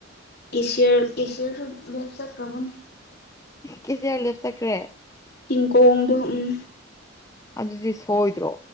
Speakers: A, on the left; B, on the left.
A: ꯀꯁꯤ ꯀꯁꯤꯌꯁꯨꯁ꯭ꯔꯅꯦ ꯆꯠꯈꯔ꯭ꯕꯅꯤ
B: ꯀꯦ ꯁꯤꯌꯥꯔ ꯂꯦꯞ ꯆꯈ꯭ꯔꯦ
A: ꯇꯪꯀꯣꯡꯗ ꯎꯝ
B: ꯑꯗꯨꯗꯤꯁ ꯍꯣꯏꯗ꯭ꯔꯣ